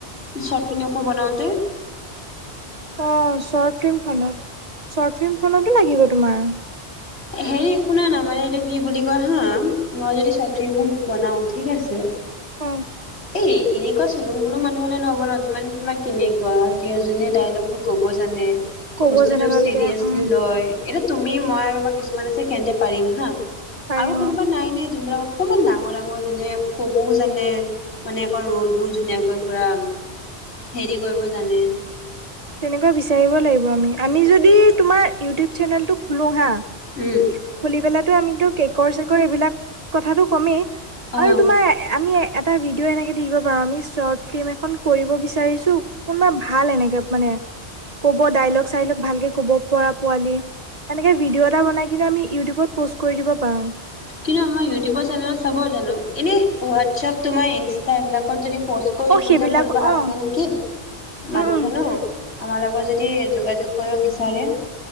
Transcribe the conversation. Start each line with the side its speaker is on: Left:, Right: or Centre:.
Left: শ্বৰ্ট ফ্লিম এখন বনাওঁতে।
Right: অ শ্বৰ্ট ফিল্মখনত। শ্বৰ্ট ফিল্মখনতো লাগিব তোমাৰ।
Left: হেৰি শুনা না মানে এইটো কি বুলি কয় হা, মই যদি শ্বৰ্ট ফ্লিম খন বনাওঁ ঠিক আছে,
Right: উম।
Left: এই এনেকুৱা চুলুং পুলুং মানুহ হলে নহব নহয়, মানে তোমাক কেনেকুৱা হয় এতিয়া যোনে ডাইলগ বোৰ ক'ব জানে।
Right: ক'ব
Left: বস্তুটো
Right: জানে ভালকে
Left: চিৰিয়াচলি
Right: উম
Left: লয়। এতিয়া তুমি মই আৰু আমাৰ কিছুমান আছে সেহঁতে পাৰিম হা।
Right: পাৰিম
Left: আৰু কোনোবা
Right: অ
Left: নাই নে যোনবিলাক- অকণমান ডাঙৰ ডাঙৰ যেনে কবও জানে। মানে আকৌ ৰোলবোৰ ধুনীয়াকৈ পুৰা হেৰি কৰিব জানে।
Right: তেনেকুৱা বিচাৰিব লাগিব আমি। আমি যদি তোমাৰ ইউটিউব চেনেলটো খোলো হা
Left: উম
Right: <unintelligible> খুলি পেলাতো আমিতো কেকৰ-চেকৰ এইবিলাক কথাটো কমেই
Left: অ
Right: আৰু তোমাৰ আমি এ <unintelligible> এটা ভিডিঅ' এনেকৈ দি দিব পাৰোঁ আমি শ্বৰ্ট ফিল্ম এখন কৰিব বিচাৰিছোঁ কোনোবা ভাল এনেকৈ <unintelligible> মানে <unintelligible> কব ডাইলগ-চাইলগ ভালকে ক'ব পৰা পোৱালি। এনেকে ভিডিঅ' এটা বনাই কিন্তু আমি ইউটিউবত প'ষ্ট কৰি দিব পাৰোঁ। <unintelligible>
Left: কিন্তু আমাক ইউটিউবৰ চেনেলত চাব জানো? এনেই হোৱাটছএপ তোমাৰ ইন <unintelligible> <unintelligible> এইবিলাকত যদি পষ্ট কৰি
Right: অ
Left: দিওঁ
Right: সেইবিলাক
Left: যে কোনোবা আছে
Right: অ
Left: নেকি
Right: উম
Left: মানুহ
Right: উম
Left: চানো। আমাৰ লগত যদি যোগাযোগ কৰিব বিচাৰে? <unintelligible>